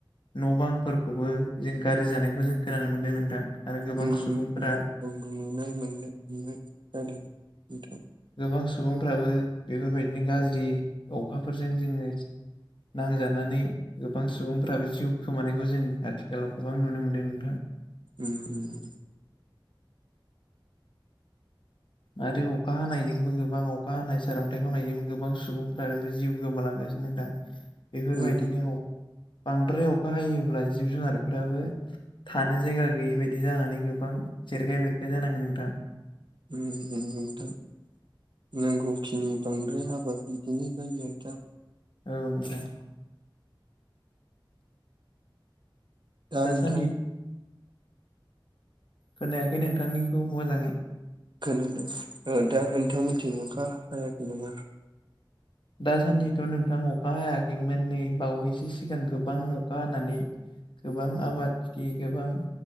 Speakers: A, on the left; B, on the right.
A: न' बांफोरखौबो जों गाज्रि जानायखौ जों खोनानो मोनदों नोंथां। आरो गोबां
B: उ उ नंगौ।
A: सुबुंफोरा
B: नुनाय मोननाय नुनाय जादों नोंथां।
A: गोबां सुबुंफ्राबो बेफोर बायदिनो गाज्रि अखाफोरजों जोङो नांजानानै गोबां सुबुंफ्राबो जिउ खोमानायखौ जों आथिखालाव गोबां नुनो मोनदों नोंथां।
B: उम उम
A: आरो अखा हानायजोंबो गोबां अखा हानाय सारन्थाइ गावनायजोंबो गोबां सुबुंफ्राबो जिउ गोमालांगा सिनो नोंथां बेफोर
B: उम
A: बायदिनो औ बांद्राय अखा हायोब्ला जिब जुनारफोराबो थानो जायगा गैयि बायदि जानानै गोबां जेरखाय बेरखाय जानाङो नोंथां।
B: <unintelligible> नांगौखिनि बांद्राय हाबा बिदिनो जायो दा।
A: औ नोंथां
B: दा
A: दासान्दिथ'
B: नोंथां
A: खोनायाखै नोंथांनिखौ मोजाङै
B: खोनादों औ दा नोंथांमोनथिं अखा हायाखै नामा?
A: दासान्दिथ' नोंथां अखा हायाखैमोन नै बावैसो सिगां गोबां अखा हानानै गोबां आबाद खिथि गोबां